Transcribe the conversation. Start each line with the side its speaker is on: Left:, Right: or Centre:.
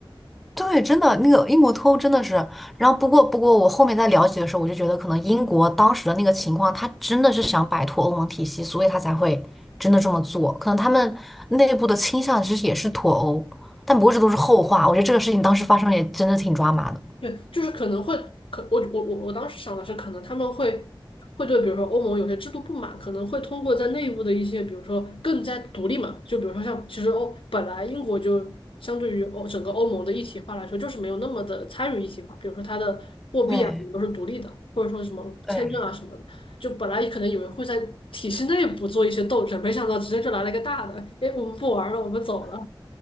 Centre: 对，真的，那个英国脱欧真的是，然后不过不过，我后面在了解的时候，我就觉得可能英国当时的那个情况，他真的是想摆脱欧盟体系，所以他才会真的这么做。可能他们内部的倾向其实也是脱欧，但不过这都是后话。我觉得这个事情当时发生也真的挺抓马的。
Left: 对，就是可能会，可我我我我当时想的是，可能他们会会对，比如说欧盟有些制度不满，可能会通过在内部的一些，比如说更加独立嘛，就比如说像其实欧本来英国就相对于欧整个欧盟的一体化来说，就是没有那么的参与一体化，比如说它的货币啊什么都是独立的，
Centre: 对
Left: 或者说什么签证啊什么的，
Centre: 对，
Left: 就本来可能以为会在体系内部做一些斗争，没想到直接就来了一个大的，哎，我们不玩了，我们走了。